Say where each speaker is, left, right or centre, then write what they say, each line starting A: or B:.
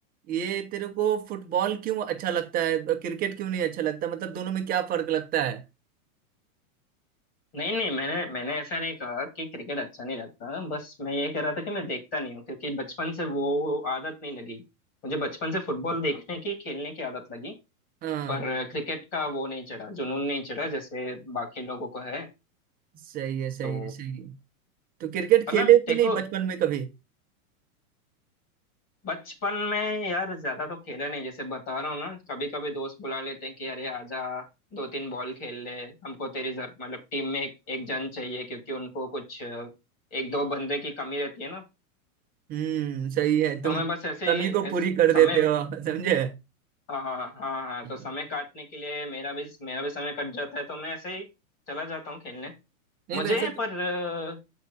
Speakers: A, on the right; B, on the left.
A: ये तेरे को फुटबॉल क्यों अच्छा लगता है क्रिकेट क्यों नहीं अच्छा लगता मतलब दोनों में क्या फर्क लगता है
B: नहीं नहीं मैंने मैंने ऐसा नहीं कहा कि क्रिकेट अच्छा नहीं लगता बस मैं ये कह रहा था कि मैं देखता नहीं हूँ क्योंकि बचपन से वो आदत नहीं लगी मुझे बचपन से फुटबॉल देखने की खेलने की आदत लगी
A: हाँ
B: पर क्रिकेट का वो नहीं चढ़ा जुनून नहीं चढ़ा जैसे बाकी लोगों को है
A: सही है सही
B: तो
A: है सही है तो क्रिकेट
B: मतलब
A: खेले
B: देखो
A: कि नहीं बचपन में कभी
B: बचपन में यार ज्यादा तो खेला नहीं जैसे बता रहा हूँ ना कभी कभी दोस्त बुला लेते हैं कि अरे आजा दो तीन बॉल खेल ले हमको तेरी जर- मतलब टीम में एक, एक जन चाहिए क्योंकि उनको कुछ अ, एक दो बंदे की कमी रहती है ना
A: हम्म सही है तुम
B: तो मैं बस ऐसे
A: कमी
B: ही
A: को पूरी
B: ऐस,
A: कर
B: समय
A: देते हो <laughs> समझे
B: हाँ हाँ हाँ हाँ हाँ,
A: हाँ।
B: तो समय काटने के लिए मेरा भी मेरा भी समय कट जाता है तो मैं ऐसे ही चला जाता हूँ खेलने
A: नहीं
B: मुझे
A: वैसे
B: पर अ,